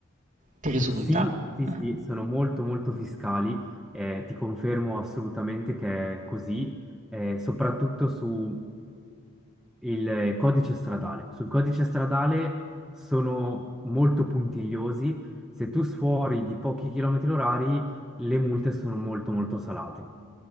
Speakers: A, on the right; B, in the centre.
A: Ti risulta?
B: Sì, sì,
A: Ah.
B: sì, sono molto molto fiscali, eh, ti confermo assolutamente che è così, eh, soprattutto su il codice stradale. Sul codice stradale sono molto puntigliosi. Se tu sfuori di pochi chilometri orari, le multe sono molto molto salate.